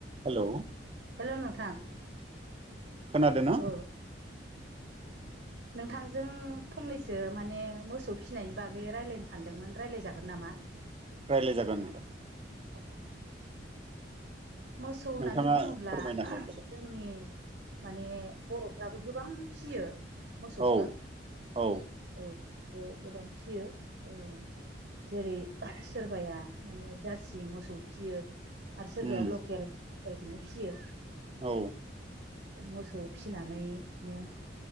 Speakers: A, on the right; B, on the right.
A: Hello
B: hello नोंथां?
A: खोनादोंना
B: औ। नोंथांजों फंनैसो माने मोसौ फिनायनि बागै रायज्लायनो सानदोंमोन रायज्लायजागोन नामा?
A: रायलाय जागोन नामा?
B: अ। मोसौ होन्नानै
A: नोंथाङा
B: बुङोब्ला
A: फोरमायना होबोदों
B: जोंनि माने बर'फ्राबो गोबां फिसियो मोसौखो
A: औ औ
B: औ। ओ गोबां फिसियो ओ जेरै सोरबाया माने जारसि मोसौ फियो आरो सोरबाया
A: उम
B: ल केल एलखौनो फिसियो।
A: औ।
B: मोसौ फिसिनानैनो